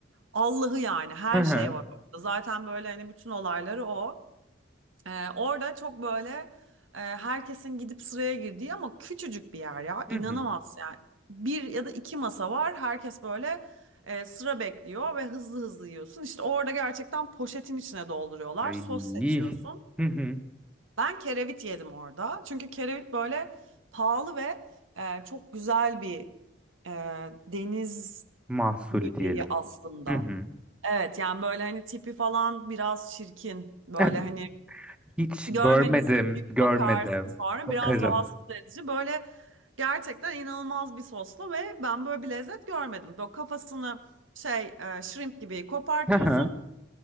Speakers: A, on the right; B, in the centre.
A: Allah'ı yani her
B: Hı hı.
A: şey var orada. Zaten böyle hani bütün olayları o. Ee, orada çok böyle e, herkesin gidip sıraya girdiği ama küçücük bir yer ya.
B: Hı
A: İnanamaz
B: hı.
A: yani. Bir ya da iki masa var. Herkes böyle e, sıra bekliyor ve hızlı hızlı yiyorsun. İşte orada gerçekten poşetin içine dolduruyorlar.
B: Ay.
A: Sos seçiyorsun.
B: Hı hı.
A: Ben kerevit yedim orada. Çünkü kerevit böyle pahalı ve e, çok güzel bir e, deniz
B: Mahsul
A: böceği
B: diyelim.
A: aslında.
B: Hı hı.
A: Evet yani böyle hani tipi falan biraz çirkin. Böyle
B: <laughs>
A: hani
B: Hiç
A: görmediysen
B: görmedim,
A: bir
B: görmedim.
A: bakarsın sonra
B: Bakarım.
A: biraz rahatsız edici. Böyle gerçekten inanılmaz bir soslu ve ben böyle bir lezzet görmedim. Böyle kafasını şey e, shrimp gibi kopartıyorsun.
B: Hı hı.